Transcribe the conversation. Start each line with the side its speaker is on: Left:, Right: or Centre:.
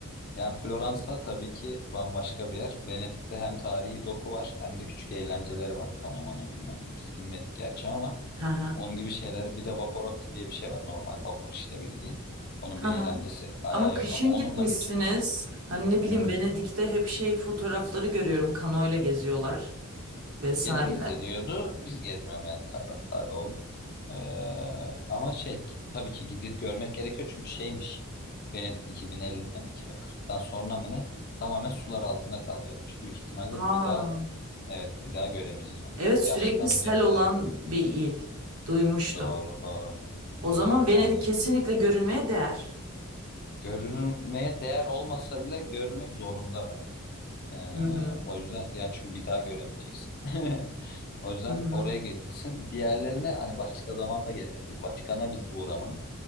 Left: Yani Floransa tabii ki bambaşka bir yer. Venedik'te hem tarihi doku var hem de küçük eğlenceleri var. Kano mano bilmem ne biz bilmedik gerçi ama
Right: Ha ha.
Left: onun gibi şeyler. Bir de Vaporotti diye bir şey var normal vapur işte bildiğin. Onun
Right: Ha
Left: bir eğlencesi
Right: ha.
Left: ayağı
Right: Ama kışın
Left: yok ama onunla
Right: gitmişsiniz.
Left: geçiriyor.
Right: Hani ne bileyim
Left: Hı.
Right: Venedik'te hep şey fotoğrafları görüyorum. Kanoyla geziyorlar vesaire.
Left: Gene geziliyordu. Biz gezmeme taraftarı olduk. Ee, ama şey ki- tabii ki gidip görmek gerekiyor çünkü şeymiş. Venedik 2050'de mi 2040'tan sonra mı ne? Tamamen sular altında kalacakmış. Büyük ihtimalle
Right: Aa,
Left: bir daha evet bir daha göremeyeceğiz onu.
Right: evet
Left: Yani
Right: sürekli
Left: yaşlanınca
Right: sel olan
Left: bir daha gideriz.
Right: bir il. Duymuştum.
Left: Doğru doğru.
Right: O
Left: Doğru.
Right: zaman Venedik
Left: Aynen.
Right: kesinlikle görülmeye değer.
Left: Görülmeye değer olmasa bile görülmek zorunda bence. Ee,
Right: Hı hı.
Left: o yüzden ya çünkü bir daha göremeyeceksin. <laughs> O yüzden
Right: Hı hı.
Left: oraya gidilsin. Diğerlerine hani başka zaman da gelinebilir. Vatikan'a biz uğramadık.